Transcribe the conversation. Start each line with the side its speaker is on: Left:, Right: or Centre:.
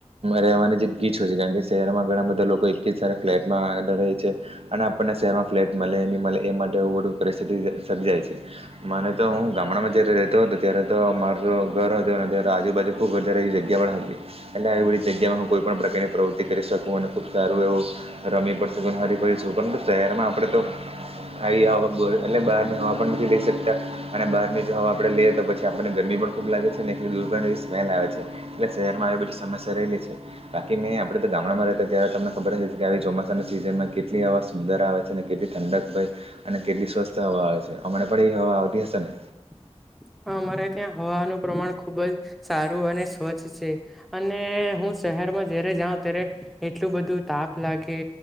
Right: રહેવાની જે ગીચ હોય છે, કારણ કે શહેરમાં ઘણા બધા લોકો એક જ સાથે ફ્લેટમાં રેય છે અને આપણને શહેરમાં ફ્લેટ મલે ની મલે એ માટે પરિસ્થિતિ સર્જાય છે. મારે તો હું ગામડામાં જયારે રેતો હતો ત્યારે તો માર તો ઘર હતું અને ત્યારે આજુબાજુ ખુબ વધારે એ જગ્યા એટલે આવી બધી જગ્યામાં હું કોઈ પણ પ્રકારની પ્રવૃતિ કરી શકું અને ખુબ સારું એવુ રમી પણ હરીફરી શકું પણ શહેરમાં આપડે તો આવી એટલે બહાર ની હવા પણ નથી લઈ શકતા અને બહારની જો હવા આપડે લઈએ તો પછી આપણને ગરમી ખુબ લાગે છે ને એટ દુર્ગંધ એવી સ્મેલ આવે છે, એટલે શહેરમાં એવી બધી સમસ્યા રહેલી છે બાકી મે તો ગામડામાં રહેતા ત્યારે તમને ખબર હશે કે ચોમાસા જેમાં કેટલી હવા સુંદર આવે છે અને કેટલી ઠંડક ભય અને કેટલી સ્વસ્થ હવા આવે છે, હમણા પણ એ હ હવા આવતી હશે ને
Centre: <inaudible> હ અમારે ત્યાં હવાનું પ્રમાણ ખુબ જ સારું અને સ્વચ્છ છે અને હું શહેરમાં જય્યારે જાઓ ત્યારે એટલું બધું તાપ લાગે